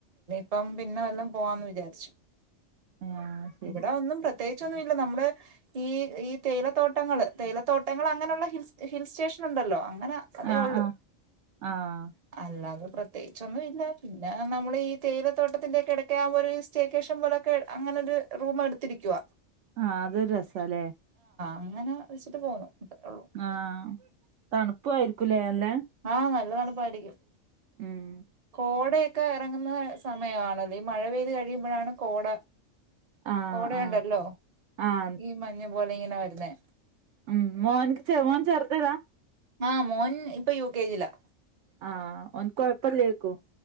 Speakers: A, on the right; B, on the right.
A: അപ്പം പിന്നെ വല്ലം പോവാന്ന് വിചാരിച്ചു
B: ആഹ് ശരി
A: ഇവിടാ ഒന്നും പ പ്രത്യേകിച്ചൊന്നുമ ഇല്ല നമ്മള് ഈ ഈ തേയിലത്തോട്ടങ്ങൾ തേയിലത്തോട്ടം ട്ടങ്ങൾങ്ങനുള്ള ഹിൽ ഹിൽ സ്റ്റേഷൻ ഉണ്ടല്ലോ അന അതെ
B: ആഹ്
A: ഒള്ളു
B: ആഹ് ആഹ്
A: അല്ലത പ്രത്യേകിച്ചൊന്നും ഇല്ല പിന്നെ നമ്മൾ ഈ തേയിലത്തോട്ടത്തിന്റെ ഒക്കെടക്ക ആകുമ്പോ സ്റ്റേക്കേഷം പോലൊക്കെ അങ്ങനൊ ഒരു റൂം എടുത്തിരിക്കുവ
B: ആഹ അത രസല്ലേ
A: അങ്ങനെ വെച്ചിട്ട് പോന്നു അത്രേ ഉള്ളൂ
B: ആഹ തണുപ്പായിയിരിക്കുംല്ലേ അല്ലെ
A: ആഹ നല്ല തണുപ്പായിരിക്കും
B: ഉം
A: കോടയൊക്കെ ഇറങ്ങുന്ന സമയമാണല്ല ഈ മഴ പെയ്ത് കഴിയുമ്പോഴാണ് കോട
B: ആഹ
A: കോടയുണ്ടല്ലോ
B: ആഹ ആഹ
A: ഈ മഞ്ഞ് പോലെ ഇങ്ങനെ വരുന്നേ
B: ഉം മോഹൻക്ക് ചെ മോഹൻ ചേർത്തതാ
A: ആഹ മോൻ ഇപ്പൊ യു കെ ജിലാ
B: ആഹ ഒന്ന കൊഴപ്പ ലേക്കു